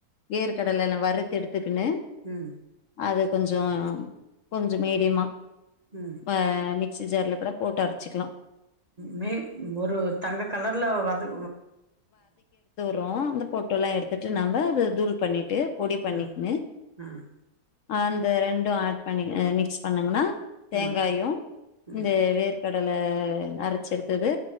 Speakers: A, on the left; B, on the right.
A: வேர்க்கடல்ல்லாம் வறுத்த எடுத்துக்குனு
B: உம்
A: அது கொஞ்சம் கொஞ்சம் மீடியமா
B: ம்
A: ப்ப மிக் சி்ஜரில் கூட போட்டு அரைச்சிக்கலாம்
B: மே ஒரு தங்க கலர் ல வது
A: ரோ அந்த பொட்டுல்லாம் எடுத்துட்டு நம்ம அதை தூள் பண்ணிட்டு பொடி பண்ணிக்னு
B: ம் ம்
A: ஆந்த ரெண் ஏட் பண்ணி மிக்ஸ் பண்ணங்கன்னா தேங்காயும்
B: ம் ம்
A: இந்த வேர் கடலை அரைச்சடுத்து டுத்தது